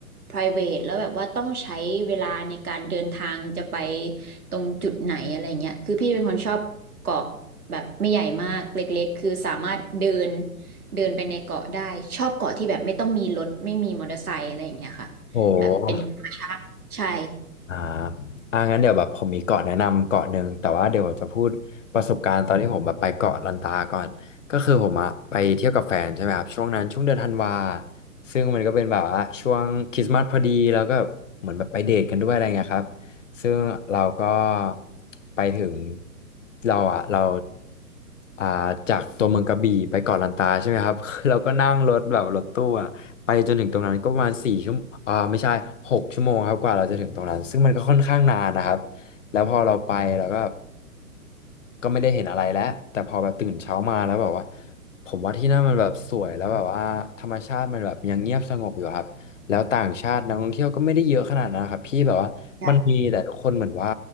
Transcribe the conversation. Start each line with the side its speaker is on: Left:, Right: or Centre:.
Right: private แล้วแบบว่าต้องใช้เวลาในการเดินทางจะไปตรงจุดไหนอะไรเงี้ยคือพี่เป็นคนชอบเกาะแบบไม่ใหญ่มากเล็กๆ คือสามารถเดินเดินไปในเกาะได้ชอบเกาะที่แบบไม่ต้องมีรถไม่มีมอเตอร์ไซค์อะไรอย่างเงี้ยค่ะ
Left: โห
Right: แบบเป็นธรรมชาติใช่
Left: อ่าอ่างั้นเดี๋ยวแบบผมมีเกาะแนะนำเกาะหนึ่งแต่ว่าเดี๋ยวผมจะพูดประสบการณ์ตอนที่ผมแบบไปเกาะลันตาก่อนก็คือผมอะไปเที่ยวกับแฟนใช่ไหมครับช่วงนั้นช่วงเดือนธันวาซึ่งมันก็เป็นแบบว่าช่วงคริสต์มาสพอดีแล้วก็เหมือนแบบไปเดทกันด้วยอะไรเงี้ยครับ ซึ่งเราก็ไปถึงเราอ่ะเราอ่าจากตัวเมืองกระบี่ไปเกาะลันตาใช่ไหมครับ <laughs> เราก็นั่งรถแบบรถตู้อ่ะไปจนถึงตรงนั้นก็ประมาณสี่ชั่วโมงอ่าไม่ใช่หกชั่วโมงครับกว่าเราจะถึงตรงนั้นซึ่งมันก็ค่อนข้างนานนะครับแล้วพอเราไปเราก็ก็ไม่ได้เห็นอะไรแล้วแต่พอแบบตื่นเช้ามาแล้วแบบว่าผมว่าที่นั่นมันแบบสวยแล้วแบบว่าธรรมชาติมันแบบยังเงียบสงบอยู่ครับ แล้วต่างชาตินักท่องเที่ยวก็ไม่ได้เยอะขนาดนั้นนะครับพี่แบบว่ามันมีแต่ทุกคนเหมือนว่า
Right: ใช่